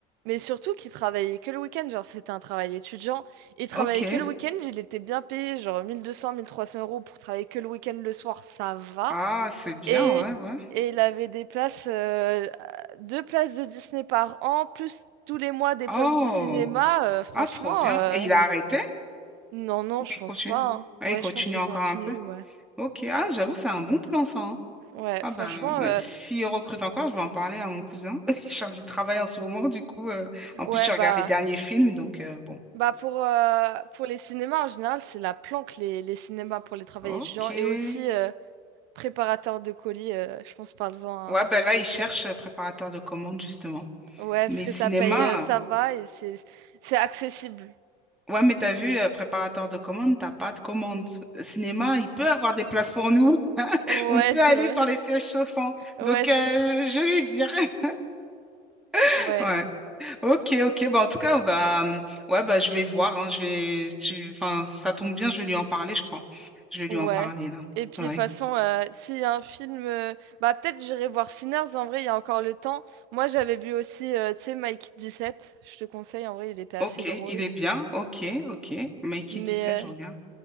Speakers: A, on the right (about 75°); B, in the centre.
A: mais surtout qu'il travaillait que le week-end, genre c'était un travail étudiant. Il travaillait
B: Ok.
A: que le week-end, il était bien payé, genre 1200, 1300 euros pour travailler que le week-end le soir, ça va.
B: Ah, c'est bien,
A: Et,
B: ouais, ouais.
A: et il avait des places, euh, deux places de Disney par an, plus tous les mois des
B: Oh,
A: places de cinéma. euh, franchement,
B: ah, trop bien.
A: euh,
B: Et il a arrêté?
A: non, non,
B: Ou
A: je
B: il
A: pense
B: continue?
A: pas. hein.
B: Ah,
A: Ouais,
B: il continue
A: je pense qu'il
B: encore
A: continue,
B: un peu.
A: ouais.
B: Ok, ah, j'avoue, c'est un bon plan, ça. hein.
A: Ouais,
B: Ah,
A: franchement,
B: bah, bah,
A: euh,
B: s'il recrute encore, je vais en parler à mon cousin. <laughs> Il est chargé de travail en ce moment, du coup. euh, En
A: ouais,
B: plus, je regarde
A: bah,
B: les derniers films, donc euh, bon.
A: bah pour, euh, pour les cinémas en général, c'est la planque, les, les cinémas pour les travailleurs
B: Ok.
A: étudiants
B: Ouais,
A: et aussi euh, préparateurs de colis, euh, je pense, parle-en à-
B: ben là, il cherche euh, préparateur de commande, justement.
A: Ouais,
B: Mais
A: parce que
B: cinéma,
A: ça paye, euh, ça va et c'est c'est accessible.
B: Ouais, mais t'as vu, euh, préparateur de commandes, t'as pas de commande. Cinéma, il peut avoir des places pour nous. <laughs>
A: Ouais,
B: On peut
A: c'est
B: aller
A: vrai.
B: sur les sièges chauffants.
A: <laughs> Ouais,
B: Donc,
A: c'est.
B: euh, je lui dirai. <laughs>
A: Ouais.
B: Ouais. Ok, ok. Bah, en tout cas, bah, hum, ouais, bah, je vais voir. hein. Je vais, tu... enfin, ça tombe bien, je vais lui en parler, je crois. Je vais lui
A: Ouais.
B: en parler, là.
A: Et puis
B: ouais
A: de toute façon, euh, s'il y a un film, euh, bah peut-être j'irai voir Sinners. En vrai, il y a encore le temps. Moi, j'avais vu aussi, euh, tu sais, Mike 17. Je te conseille. En vrai, il était assez
B: Ok,
A: drôle.
B: il est bien. Ok, ok. Mikey
A: Mais,
B: 17, je
A: euh,
B: regarde.